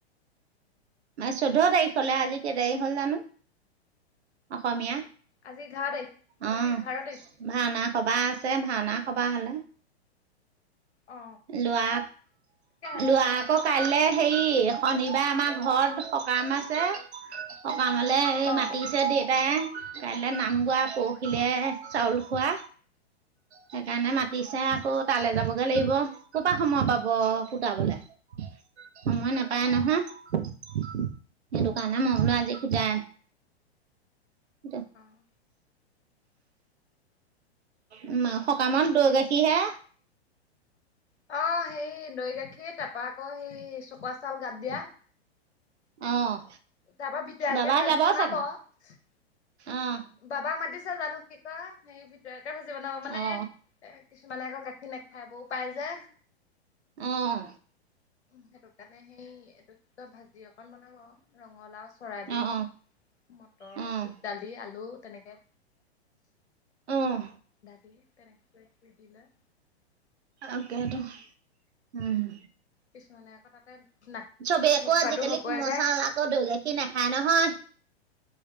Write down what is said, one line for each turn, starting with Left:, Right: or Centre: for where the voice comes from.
Right: ম চৈধ্য তাৰিখলে আজি কেই তাৰিখ হল জানো অসমীয়া।
Left: আজি এঘাৰ তাৰিখ
Right: অ
Left: আজি এঘাৰ তাৰিখ
Right: ভাওনা সবা আছে ভাওনা খবা হলে
Left: অ
Right: লোৱা
Left: তাকে
Right: লোৱা আকৌ কাইলে হেৰি, শনিবায়ে আমা ঘৰত সকাম আছে সক্‌ টাউনলে এই
Left: অ
Right: মাতিছে দেউতাই কাইলৈ নাম গোৱা পৰহিলৈ
Left: অ
Right: চাউল খোৱা সেইকাৰণে মাতিছে
Left: অ
Right: আকৌ। তালৈ যাবগে লাগিব ক'ৰ পৰা সময় পাব কুটাবলে। সময় নেপায়
Left: অ
Right: নহয় সেইটো কাৰণে
Left: তাকে
Right: মই বোলো আজি একটু জাইম এতি <unintelligible>
Left: অ
Right: উম আ সকামত দৈ-গাখীৰ হে
Left: অ সেই দৈ গাখীৰে তাৰপৰা আকৌ সেই চকুৱা চাউল গাত দিয়া
Right: অঁ
Left: তাৰ পৰা ভিতৰালকে
Right: বাবা
Left: ভাজি
Right: যাব
Left: বনাব
Right: চাগে
Left: হাঁচি
Right: অঁ
Left: বাবাক মাতিছা জানো কি কয়, হে ভিতৰেকে ভাজি বনাব মানে
Right: অঁ
Left: কিছুমানে আকৌ গাখীৰ নাখায় বৌ পায় যে
Right: অহ
Left: সেইটো কাৰণে সেই এইটো ক কয় ভাজি অকণ বনাব ৰঙালাও চৰাইবিন
Right: অঁ
Left: মটৰ
Right: অঁ
Left: বুট দালি আলু তেনেকে,
Right: অঁ
Left: ঢাকি তেনেকে দি লয়
Right: তাকে তো, উম।
Left: কিছুমানে আকৌ তাতে না
Right: চবেই আকৌ
Left: নোখোৱাতো
Right: আজিকালি
Left: হ'বই
Right: কোমলচাউল
Left: যে
Right: আকৌ দৈ গাখীৰ নাখায় নহয়।